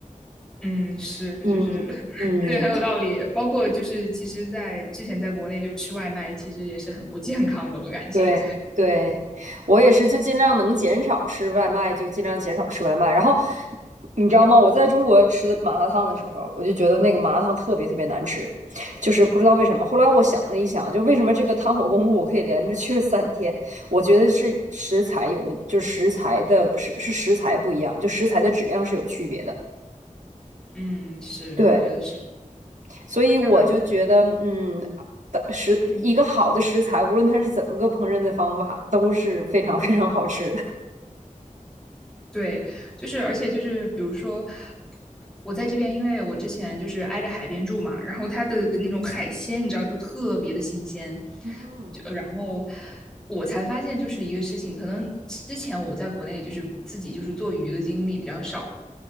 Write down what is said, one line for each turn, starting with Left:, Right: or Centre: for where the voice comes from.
Centre: 嗯，是，
Right: 嗯。
Centre: 就是 <laughs>
Right: 嗯。
Centre: 对，很有道理。包括就是其实在之前在国内就吃外卖，其实也是很不健康的，我感觉。
Right: 对对，我也是，就尽量能减少吃外卖，就尽量减少吃外卖。然后你知道吗？我在中国吃的麻辣烫的时候，我就觉得那个麻辣烫特别特别难吃，就是不知道为什么。后来我想了一想，就为什么这个汤火功夫我可以连着去了三天？我觉得是食材有问，就是食材的是是食材不一样，就食材的质量是有区别的。
Centre: 嗯，是，
Right: 对，
Centre: 我觉得是。
Right: 所以我就觉得，
Centre: 那
Right: 嗯，的食一个好的食材，
Centre: 嗯，
Right: 无论它是怎么个烹饪的方法，都是非常非常好吃的。
Centre: 对，就是而且就是比如说，我在这边，因为我之前就是挨着海边住嘛，然后它的那种海鲜，你知道，都特别的新鲜。
Right: 嗯
Centre: 就呃然后我才发现，就是一个事情，可能之前我在国内就是自己就是做鱼的经历比较少，